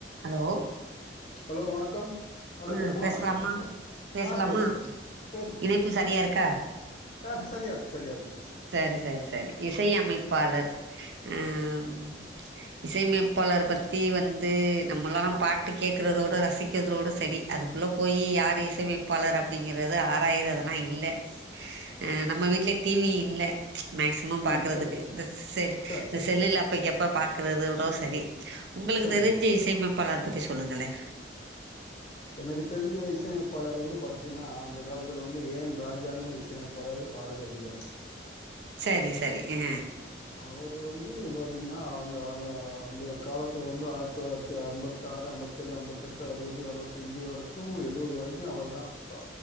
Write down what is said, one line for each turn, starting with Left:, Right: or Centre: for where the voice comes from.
Right: Hello
Left: hello வணக்கம் வணக்கம்மா
Right: ஆ பேசலாமா
Left: வணக்கோ வணக்கோ வணக்கோ
Right: பேசலாமா
Left: ஆ பேசுங்க பேசுங்க பேசுங்கம்மா
Right: இணைப்பு
Left: பேசுங்க
Right: சரியா இருக்கா
Left: ஆ இப்ப சரியா இருக்கு சரியா இருக்கு பேசு
Right: சரி சரி சரி இசையமைப்பாளர் அ ம் இசையமைப்பாளர் பத்தி வந்து நம்மலாம் பாட்டு கேட்கறதோட ரசிக்கிறதோடு சரி அதுக்குள்ள போயி யார் இசையமைப்பாளர் அப்டிங்கிறது ஆறாயிரதெல்லா இல்ல அ நம்ம வீட்ல டி வி இல்ல மேக்சிமம் பாக்குறதுக்கு
Left: ம் சரிங்கம்மா
Right: இந்த செல்
Left: சரி
Right: இந்த
Left: சரி
Right: செல்லுல
Left: சரி
Right: அப்பைக்கு அப்ப பாக்குறது வுடோ சரி ஒங்களுக்கு
Left: சரிங்கம்மா
Right: தெரிஞ்ச இசையமைப்பாளர் பத்தி சொல்லுங்களே
Left: எனக்கு தெரிஞ்ச இசையமைப்பாளர் வந்து பாத்தீங்கன்னா அந்த காலத்துல வந்து ஏம் ராஜா இசையமைப்பாளரு பாடகர் ருந்தார்
Right: சரி சரி அ
Left: அவரு வந்து பாத்தீங்கன்னா அந்த அங்க அந்த காலத்தல வந்து ஆயிரத்து தொள்ளாயிரத்தி ஐம்பத் த்தாறு ஐம்பத்தேழு ஐம்பத்தெட்டு அறுபது அறுபத்தஞ்சி வரைக்கும் எழுபது வரைக்கும் அவரு தான் அப்ப